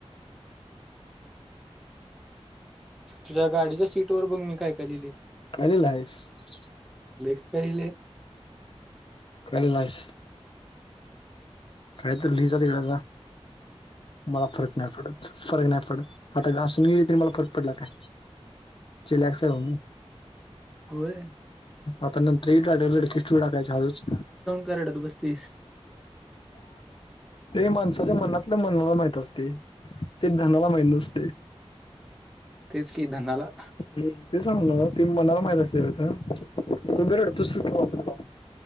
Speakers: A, in the centre; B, on the left (about 50°).
A: तुझ्या गाडीच्या सीट वर बघ मी काय कालेले
B: अल आहेस
A: लेख काहिले
B: कलेलाज कायत लिजात तलाझ मला फरक नाही पडत फरक नाही पडत आता घासून गेली तरी मला फरक पडला काय चिलाॅक्स होऊ
A: होय
B: आता नंतरही ा खिस्ू टाकायचा हजूच
A: कराड तु बसतीस
B: ते माणसाच्या मनातलं मनाला माहित असते ते धनाला माहित नसते
A: तेच कि धनाला
B: हम् ते सांगू ना ती मणाला माहित असेथ तू बिरड तूच जा